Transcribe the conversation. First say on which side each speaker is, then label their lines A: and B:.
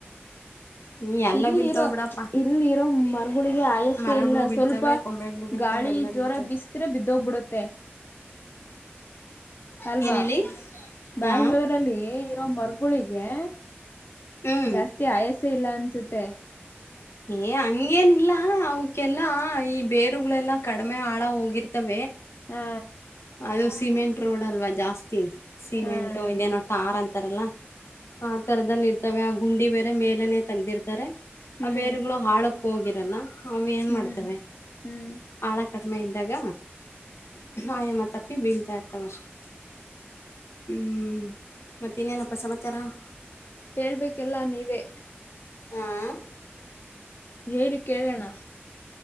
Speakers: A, on the left; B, on the left.
A: ಹ್ಮ್ ಎಲ್ಲ
B: ಇಲ್ಲಿ
A: ಬೀಳ್ತಾವ
B: ಇರೋ
A: ಬಿಡಪ್ಪ
B: ಇಲ್ಲಿರೋ ಮರಗಳಿಗೆ ಆಯಸೆ
A: ಮರಗಳು
B: ಇಲ್ಲ
A: ಬೀಳ್ತವೆ
B: ಸ್ವಲ್ಪ
A: ಕೊಂಬೆಗಳು ಬೀಳ್ತವೆ
B: ಗಾ ಳಿ
A: ಎಲ್ಲ
B: ಜೋರಾಗಿ
A: ಬೀಳ್ತವೆ
B: ಬಿಸಿದ್ರೆ ಬಿದ್ದೋಗ್ಬಿಡುತ್ತೆ ಅಲ್ವಾ
A: ಏನ ಹೇಳಿ
B: ಬ್ಯಾಂಗ್ಳೂರಲ್ಲಿ
A: ಹಾ
B: ಇರೋ ಮರಗೊಳಿಗೆ
A: ಹ್ಮ್
B: ಜಾಸ್ತಿ ಆಯಸ ಇಲ್ಲ ಅನ್ಸುತ್ತೆ
A: ಏ ಹಂಗೇನಿಲ್ಲ ಅವಕ್ಕೆಲ್ಲಾ ಈ ಬೇರುಗಳೆಲ್ಲಾ ಕಡಿಮೆ ಆಳ ಹೋಗಿರ್ತವೆ
B: ಹಾ
A: ಅದು ಸಿಮೆಂಟ್ ರೋಡ್ ಅಲ್ವಾ ಜಾಸ್ತಿ ಸಿಮೆಂಟು
B: ಹ್ಮ್
A: ಇದೇನೋ ಟಾರ್ ಅಂತಾರಲ್ಲ ಆ ತರದಲ್ಲಿ ಆ ಗುಂಡಿ ಬೇರೆ ಮೇಲೆನೆ ತೆಗ್ದಿರ್ತಾರೆ
B: ಹ್ಮ್
A: ಆ ಬೇರೆಗಳು ಹಾಳಕ್ಕ ಹೋಗಿರಲ್ಲ ಅವು ಏನ್
B: ಹ್ಮ್
A: ಮಾಡ್ತವೆ
B: ಹ್ಮ್
A: ಆಳ ಕಡಿಮೆ ಇದ್ದಾಗ ಆಯ ಮತ್ತೆ ಬತಾ ಇರ್ತಷ್ಟ ಹ್ಮ ಮತ್ತೆ ಇನ್ನೇನೊಪ್ಪ ಸಮಾಚಾರ ತ್ತರ
B: ಹೇಳ್ಬೇಕೆಲ್ಲ ನೀವೇ
A: ಹಾಂ
B: ಹೇಳಿ ಕೇಳೋಣ